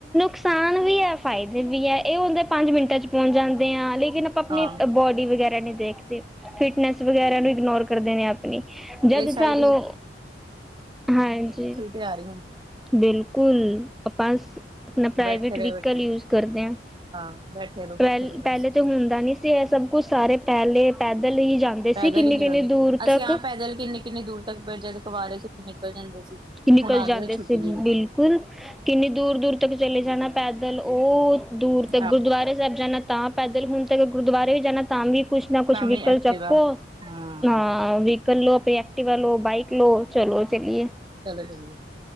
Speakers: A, in the centre; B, on the right (about 25°).
A: ਸਾਨ ਵੀ, ਐ ਫਾਇਦੇ ਵੀ ਐ, ਇਹ ਹੁੰਦੇ ਪੰਜ ਮਿੰਟਾਂ 'ਚ ਪਹੁੰਚ ਜਾਂਦੇ ਆ। ਲੇਕਿਨ ਆਪਣੀ
B: ਹਾਂ
A: ਬੋਡੀ ਵਗੈਰਾ ਨੀ ਦੇਖਦੇ, ਫਿਟਨੈਸ ਵਗੈਰਾ ਨੂੰ ਇਗਨੋਰ ਕਰਦੇ ਨੇ ਆਪਣੀ, ਜਦ
B: ਇਹ ਸ਼ਾਇਦ
A: ਸਾਨੂੰ ਹਾਂਜੀ
B: ਤਿਆਰੀ ਹੁਣ
A: ਬਿਲਕੁਲ, ਆਪਾਂ ਆਪਣਾ ਪ੍ਰਾਈਵੇਟ
B: ਬੈਠੇ ਰਹੇ
A: ਵਹੀਕਲ
B: ਬੈਠੇ
A: ਯੂਜ ਕਰਦੇ ਆਂ।
B: ਹਾਂ ਬੈਠੇ ਰਹੋ
A: ਪਹਿਲ-ਪਹਿਲੇ
B: ਬੈਠੇ ਰਹੋ ਬਸ
A: ਤਾਂ ਹੁੰਦਾ ਨੀ ਸੀ। ਐ ਸਭ ਕੁਛ ਸਾਰੇ ਪਹਿਲੇ ਪੈਦਲ ਹੀ ਜਾਂਦੇ
B: ਪੈਦਲ
A: ਸੀ ਕਿੰਨੀ
B: ਹੀ ਨਿਕਲਦੇ,
A: ਕਿੰਨੀ ਦੂਰ
B: ਅਸੀਂ
A: ਤੱਕ
B: ਹਾਂ ਪੈਦਲ ਕਿੰਨੇ-ਕਿੰਨੇ ਦੂਰ ਤੱਕ, ਜਦ ਕਵਾਰੇ 'ਚ ਨਿਕਲ ਜਾਂਦੇ ਸੀ।
A: ਕੀ ਨਿਕਲ
B: ਹੁਣ ਆਦਤ
A: ਜਾਂਦੇ
B: ਛੁੱਟ
A: ਸੀ।
B: ਗਈ
A: ਬਿਲਕੁਲ, ਕਿੰਨੀ ਦੂਰ-ਦੂਰ ਤੱਕ ਚਲੇ ਜਾਣਾ ਪੈਦਲ ਉਹ ਦੂਰ
B: ਹੈ
A: ਤੱਕ
B: ਆਹ
A: ਪੈਰੇ ਸਾਹਿਬ ਜਾਣਾ ਤਾਂ ਪੈਦਲ, ਹੋਣ ਤੇ ਗੁਰਦੁਆਰੇ ਵੀ ਜਾਣਾ ਤਾਂ ਵੀ ਕੁਛ ਨਾ
B: ਭਾਵੇਂ
A: ਕੁਛ ਵਿਕਲ
B: ਐਕਟਿਵਾ
A: ਚੱਕੋ। ਅ
B: ਹਾਂ
A: ਕਰ ਲੋ ਆਪ ਐਕਟੀਵਾ ਲੋ, ਬਾਈਕ ਲੋ, ਚਲੋ ਚਲੀਏ।
B: ਚਲੋ ਚੱਲੀਏ,